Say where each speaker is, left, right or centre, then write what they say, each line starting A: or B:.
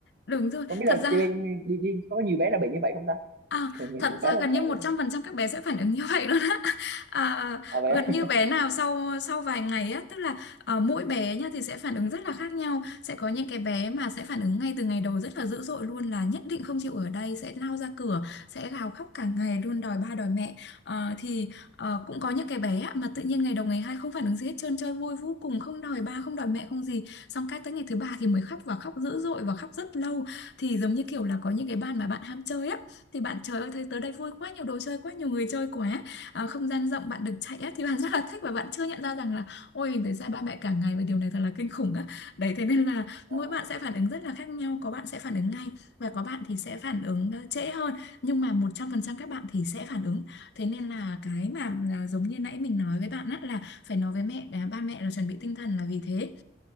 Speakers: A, on the left; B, on the right.
A: đúng rồi
B: không biết
A: thật
B: là
A: ra
B: chị bên đi, đi có nhiều bé là bị như vậy không ta
A: À,
B: <laughs> mình
A: thật
B: cũng
A: ra
B: khá là
A: gần
B: sợ
A: như một
B: đó.
A: trăm phần trăm các bé sẽ phản ứng như <laughs> vậy luôn á. <laughs> À,
B: à vậy
A: gần
B: á?
A: như bé nào sau sau vài ngày á, tức là ờ, mỗi bé nha thì sẽ phản ứng rất là khác nhau. Sẽ có những cái bé mà sẽ phản ứng ngay từ ngày đầu rất là dữ dội luôn là nhất định không chịu ở đây, sẽ lao ra cửa, sẽ gào khóc cả ngày luôn đòi ba đòi mẹ. Ờ, thì ờ, cũng có những cái bé á, mà tự nhiên ngày đầu ngày hai không phản ứng gì hết trơn, chơi vui vô cùng, không đòi ba, không đòi mẹ, không gì. Xong cái tới ngày thứ ba thì mới khóc và khóc dữ dội và khóc rất lâu. Thì giống như kiểu là có những cái bạn mà bạn ham chơi á thì bạn trời ơi thấy tới đây vui quá nhiều đồ chơi quá nhiều người chơi quá à, không gian rộng bạn được chạy á thì <laughs> bạn rất là thích và bạn chưa nhận ra rằng là ôi mình phải xa ba mẹ cả ngày và điều này thật là kinh khủng á đấy thế nên là mỗi
B: à,
A: bạn sẽ phản ứng rất là khác nhau có bạn sẽ phản ứng ngay và có bạn thì sẽ phản ứng ờ, trễ hơn nhưng mà 100% các bạn thì sẽ phản ứng thế nên là cái mà là giống như nãy mình nói với bạn á là phải nói với mẹ à, ba mẹ là chuẩn bị tinh thần là vì thế